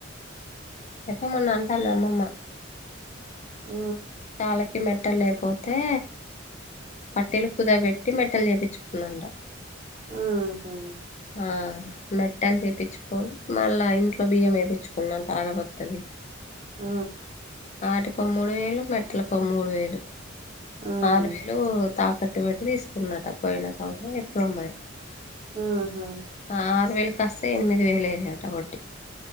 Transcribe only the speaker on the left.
అయితే మొన్న అంటాది అమ్మమ్మా.
కాళ్ళకి మెట్టలు లేకపోతే. పట్టీలు కుదబెట్టి మెట్టలు చేపిచ్చుకుందంటా.
ఆ మెట్టలు చేపిచ్చుకోని మళ్ళా ఇంట్లో బియ్యం ఎపిచ్చుకుందంటా అరబత్తవి.
ఆటికో మూడు వేలు, మెట్టలకో మూడు వేలు.
ఆరు వేలు తాకట్టు పెట్టి తీసుకుందంట పోయిన సంవత్సరమో ఎప్పుడో మరి.
ఆరు వేలు కాస్త ఎనిమిది వేలు అయినయటా వడ్డి.